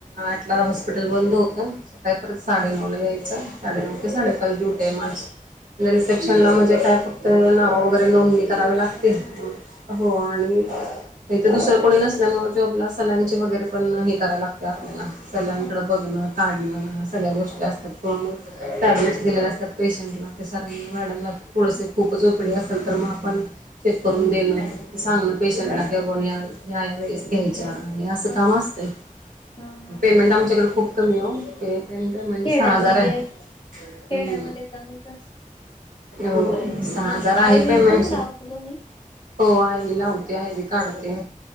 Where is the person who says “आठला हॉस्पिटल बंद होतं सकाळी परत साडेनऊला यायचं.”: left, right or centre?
Right